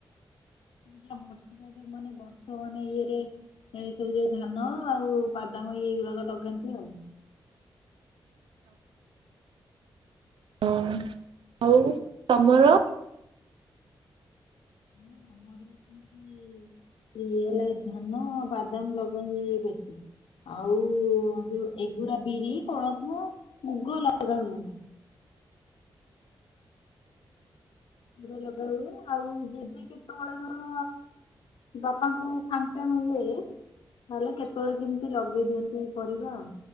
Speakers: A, on the left; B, on the right.
A: ଯାହା ବର୍ଷ ମାନେ ବର୍ଷ ମାନେ ଇଏରେ ସେଇସବୁରେ ଧାନ ଆଉ ବାଦାମହି ଏଇଗୁଡାକ ଲଗାନ୍ତି ଆଉ
B: ହ ଆଉ ତମର? <unintelligible>
A: ହଁ ଆମର ବି ସେମତି ହେଲା ଧାନ ବାଦାମ ଲଗାନ୍ତି ବେଶି। ଆଉ ଯୋଉ ଏଗୁରା ବିରି କୋଳଥ ମୁଗ ଲଗା ହୁଏନି। ପୁରା ଲଗା ହୁଏ ଆଉ ଯେବେ କେତେବେଳେ ଧର ବାପାଙ୍କୁ ଫାଙ୍କା ମିଳେ ତାହଲେ କେତେବେଳେ କେମିତି ଲଗେଇ ଦିଅନ୍ତି ଏଇ ପରିବା ଆଉ।